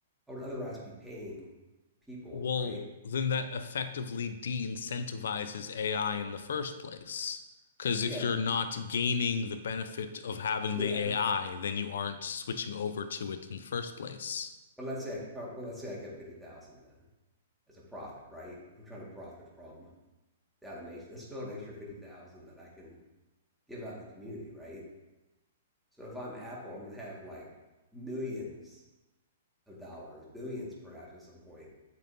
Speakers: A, in the centre; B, on the left.
A: I would otherwise be paying people,
B: Well,
A: right?
B: then that effectively de-incentivizes AI in the first place. Because
A: Yeah,
B: if you're not gaining the benefit of having
A: yeah.
B: the AI, then you aren't switching over to it in the first place.
A: But let's say, I, uh, well, let's say I kept fifty thousand then as a profit, right? I'm trying to profit from automation. That's still an extra fifty thousand that I can give out in the community, right? So if I'm Apple, I'm gonna have like millions of dollars, billions perhaps at some point